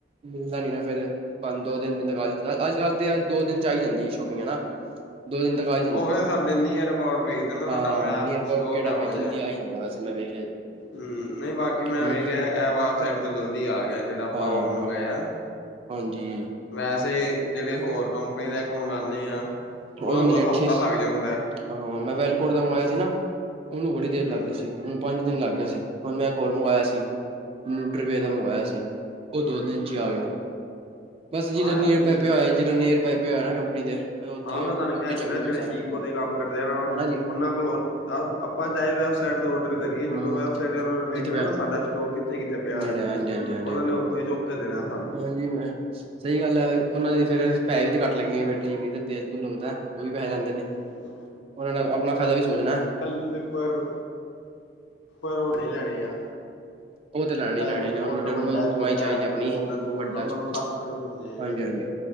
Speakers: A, on the right; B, on the left.
A: ਮਿਲਦਾ ਨੀ ਨਾ ਫਿਰ। ਪੰਜ ਦੋ ਦਿਨ, ਅੱਜ ਕੱਲ ਤੇ ਦੋ ਦਿਨ 'ਚ ਆਈ ਜਾਂਦੀ ਸ਼ੋਪਿੰਗ, ਹਨਾ ਦੋ ਦਿਨ ਤੱਕ ਆਏ,
B: ਉਹ ਫੇਿਰ ਸਾਡੇ ਨਾਇਰ ਅਬੋਟ ਵੇਖਦੇ ਨਾ
A: ਹਾਂ
B: ਸਾਡਾ ਮੈਪ,
A: ਨੀਅਰ ਅਬਾਊਟ
B: ਉਹ
A: ਕਿਹੜਾ
B: ਕਿਹੋ
A: ਵੇ
B: ਜਿਹਾ।
A: ਜਲਦੀ ਆ ਹੀ ਜਾਂਦਾ, ਵੈਸੇ ਮੈਂ ਵੇਖਿਆ।
B: ਹਮ ਨਹੀਂ ਬਾਕੀ ਮੈਂ
A: ਹਨਾ।
B: ਵੇਖਿਆ, ਐਹ ਵੈਬਸਾਈਟ ਤੋਂ ਜਲਦੀ ਆ ਗਿਆ, ਜਿਹੜਾ ਆਪਾਂ
A: ਹਾਂ
B: ਹੁਣ ਮੰਗਾਇਆ।
A: ਹਾਂਜੀ।
B: ਵੈਸੇ ਜਿਹੜੇ ਹੋਰ ਕੰਪਨੀ ਦਾ ਇੱਕ ਮੰਗਵਾਉਦੇ ਆ,
A: ਉਹਨਾਂ
B: ਉਹਨੂੰ
A: ਦੇ ਰੇਟ
B: ਹਫਤਾ
A: ਸੀ।
B: ਲੱਗ ਜਾਂਦਾ ਹ।
A: ਹਾਂ ਮੈਂ ਵੈਲਕੋਟ ਦਾ ਮੰਗਵਾਇਆ ਸੀ ਨਾ, ਉਹਨੂੰ ਬੜੀ ਦੇਰ
B: ਹੂੰ
A: ਲੱਗ ਗਈ ਸੀ। ਪੰਜ ਦਿਨ ਲੱਗ ਗਏ ਸੀ, ਹੁਣ ਮੈਂ ਇਕ ਹੋਰ ਮੰਗਵਾਇਆ ਸੀ, ਨੳਟਰੀ ਵੇ ਦਾ ਮੰਗਵਾਇਆ ਸੀ। ਉਹ ਦੋ ਦਿਨ 'ਚ
B: ਹੂੰ,
A: ਹੀ ਆ ਗਿਆ, ਬਸ ਜਿਹੜਾ
B: ਹਾਂ
A: ਨਿਅਰ
B: ਏਦਾਂ ਹੀ
A: ਬਾਈ
B: ਹੁੰਦਾ।
A: ਪਿਆ ਹੋਇਆ, ਜਿਹੜਾ ਨਰ ਬ ਪਿਆ ਹੋਏ ਨਾ ਕੰਪਨੀ ਦੇ ਉੱਥੇ
B: ਹਾਂ ਮੈਂ ਤੁਹਾਨੂੰ
A: ਉੱਥੇ
B: ਕਹਿ
A: ਚੱਕਦੇ
B: ਰਿਹਾ, ਜਿਹੜੇ
A: ਨੇ ਸਾਰਾ ਸਮਾਨ
B: ਈਕੋ ਦੇ ਕੰਮ ਕਰਦੇ
A: ਹਨਾ ਜੀ
B: ਉਹਨਾਂ ਕੋਲੋਂ ਆਪਾਂ ਚਾਹੇ ਆਡਰ ਕਰੀਏ ਨਾ
A: ਹਾਂ
B: ਜਦੋਂ, ਵੈਬਸਟ ਨੇ ਵੇਖਣਾ
A: ਜਿੱਥੇ ਪਿਆ
B: ਨਾ ਸਾਾ ਸਟੋਕ ਕਿੱਥੇ -ਕਿੱਥੇ ਪਿਆ
A: ਨੇੜੇ
B: ਹੈ
A: ਹਾਂਜੀ ਹਾਂਜੀ ਹਾਂਜੀ
B: ਉਹਨਾਂ
A: ਹਾਂਜੀ
B: ਨੇ ੳ ਈ ਚੁੱਕ ਕੇ ਦੇ ਦੇਣਾ। ਸਾਨੂੰ।
A: ਹਾਂਜੀ ਮੈਂ ਸਹੀ ਗੱਲ ਹੈ ਉਹਨਾਂ ਦੀ ਫੇਰ ਪੈਸੇ ਵੀ ਤਾਂ ਕੱਟ ਲੱਗਏ, ਫਿਰ ਤੇਲ ਤੁਲ ਵੀ ਲੱਗਦਾ, ਉਹ ਵੀ ਪੈੇਹੇ ਲੈਂਦੇ ਨੇ।
B: ਜੀ।
A: ਉਹਨਾਂ ਨੇ ਆਪਣਾ ਫਾਇਦਾ ਵੀ ਸੋਚਣਾ ਐ।
B: ਕੱਲ ਨੂੰ ਦੇ ਉੱ, ਪਰਰ ਪਰ ਹੁਨੇ ਹੀ ਲੈਣੇ ਆ।
A: ਉਹ ਤੇ ਲੈਣੇ
B: ਚਾਏ
A: ਹੀ ਲੈਣੇ
B: ਉਹ
A: ਨੇ ਉਹਨਾਂ
B: ਔਡਰ ਵੱਡਾ
A: ਉਹਨਾਂ ਨੂੰ
B: ਹੈ,
A: ਕਮਾਈ
B: ਛੋਟਾ
A: ਚਾਹੀਦੀ
B: ਹੈ,
A: ਆਪਣੀ
B: ਕੋਲ ਦਾ, ਦੂਰ
A: ਵੱਡਾ
B: ਦਾ, ਉਹਨਾਂ
A: ਚ।
B: ਨੂੰ ਸੱਠ ਰੁਪਏ ਮਿਲਦੇ
A: ਹਾਂਜੀ
B: ਆ।
A: ਹਾਂਜੀ